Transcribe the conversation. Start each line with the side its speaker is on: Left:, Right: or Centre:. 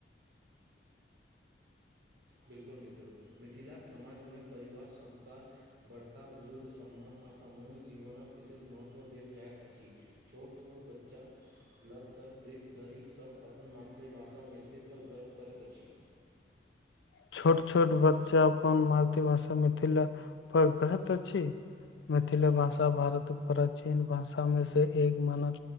Right: बिलकुल मित्र मिथिलाक समाज मे परिवार संस्कार बड़का बुजुर्ग सम्मान आ सामूहिक जीवनक विशेष महत्व देल जाइत अछि छोट छोट बच्चा लग कर वृद्धधरि सब अपन मातृभाषा मैथिली पर गर्व करैत अछि
Left: छोट छोट बच्चा अपन मातृभाषा मिथिला पर ग्रत अछि मैथिली भाषा भारत प्राचीन भाषा मे से एक मानल